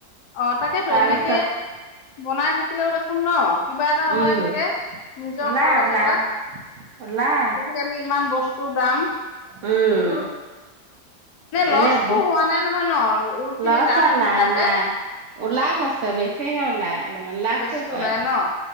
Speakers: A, on the left; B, on the right.
A: অঁ' তাকেতো
B: তাৰপিছত
A: এনেকে বনাই থাকিলেও দেখোন ন। কিবা এটা ওলাই
B: উম
A: থাকে নিজৰ
B: ওলাই
A: খৰচ
B: ওলাই
A: এটা।
B: ওলাই
A: আজিকালি ইমান বস্তুৰ দাম।
B: উম'
A: ঊল লচটো
B: এনে ব
A: হোৱা নাই নহয় ন ঊল খিনি
B: লৱা
A: দাম
B: চৱা
A: হিচাপে
B: নাই নাই। ওলাই গৈছে বেছিহে ওলাই। অলপমান লাভটো
A: বেছি
B: হয়,
A: ওলাই ন